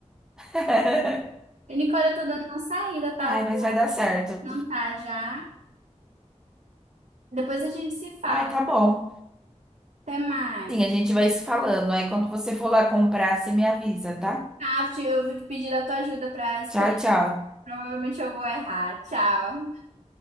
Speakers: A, in the centre; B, on the right.
A: <laughs>
B: E, Nicole, eu tô dando uma saída, tá?
A: Ai,
B: Eu
A: mas
B: vou
A: vai dar certo.
B: jantar já. Depois a gente se fala.
A: Ai, tá bom.
B: Até mais.
A: Sim, a gente vai se falando. Aí quando você for lá comprar, você me avisa, tá?
B: Tá, eu vou te pedir a tua ajuda para escolher.
A: Tchau, tchau.
B: Provavelmente eu vou errar. Tchau.